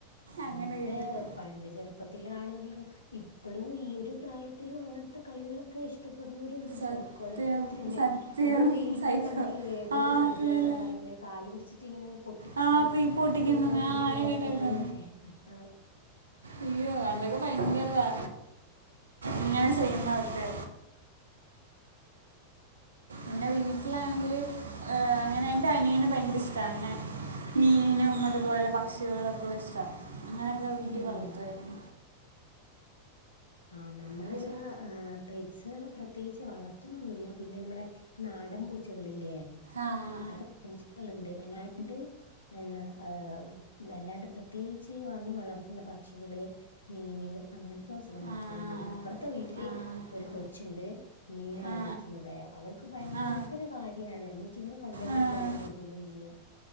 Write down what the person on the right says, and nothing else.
അങ്ങനെ
എഴുതിട്ട്
സത്യം
സത്യം
സൈക്കോ
ആ
പിന്നല്ല
ആ പീ പൊട്ടിക്കുന്നത്
ആ ഞാൻ
കേട്ടായിരുന്നു
അയ്യോ അതൊക്കെ ഭയങ്കരവാ ഇങ്ങാണ് ചെയ്യുന്നതക്കെ എന്നെ വീട്ടിലാണെങ്കിൽ ഏഹ് അങ്ങനെ എന്റെറെ അനിയനെ ഭയങ്കര ഇഷ്ട അന മീനും അതുപോലെ പക്ഷികളൊക്കെ ഇഷ്ട അങ്ങനെയൊക്കെ വീട്ടിൽ
വളർത്തുആയിരുന്നു
അത് ശരി.
ആഹ്
ആ ആ
ആ ആ
ആ
ആ ആ
ആ
ആ